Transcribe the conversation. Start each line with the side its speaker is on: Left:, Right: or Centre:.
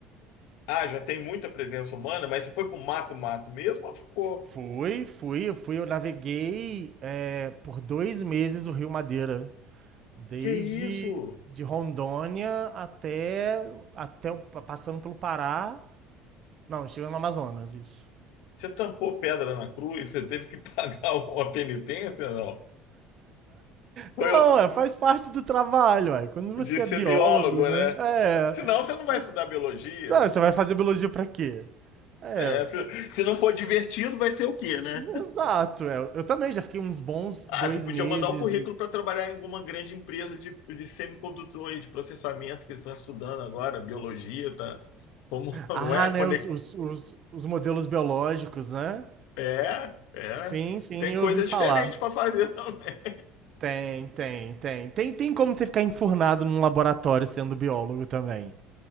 Left: Ah, já tem muita presença humana, mas você foi pro mato, mato mesmo, ou ficou.
Right: Fui, fui, eu fui, eu naveguei é, por dois meses o Rio Madeira, desde
Left: Que isso?
Right: de Rondônia até, até o- passando pelo Pará, não, chegando no Amazonas, isso.
Left: Você tampou pedra na cruz? Você teve que <laughs> pagar uma penitência, não? Foi
Right: Não,
Left: o-
Right: é, faz parte do trabalho, ué. Quando você
Left: de
Right: é
Left: ser
Right: biólogo,
Left: biólogo,
Right: né?
Left: né?
Right: É.
Left: Senão você não vai
Right: faz-
Left: estudar biologia.
Right: Não, você vai fazer biologia pra quê? É,
Left: É, se, se não for divertido, vai ser o quê, né?
Right: exato. é. Eu também já fiquei uns bons dois
Left: Ah, você podia
Right: meses.
Left: mandar o currículo para trabalhar em alguma grande empresa de, de semicondutor e de processamento que eles estão estudando agora, biologia, tá? Como, <laughs> não
Right: Ah,
Left: é?
Right: né?
Left: Conec-
Right: Os, os, os, os modelos biológicos, né?
Left: É, é.
Right: Sim, sim,
Left: Tem
Right: eu
Left: coisa
Right: ouvi falar.
Left: diferente para fazer <laughs> também.
Right: Tem, tem, tem. Tem, tem como você ficar enfurnado num laboratório sendo biólogo também.